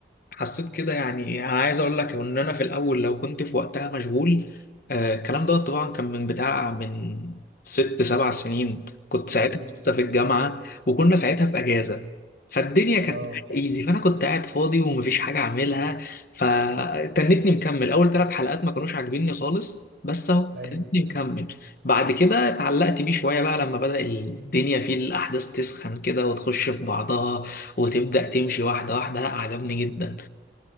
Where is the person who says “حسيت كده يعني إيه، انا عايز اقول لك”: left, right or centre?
Left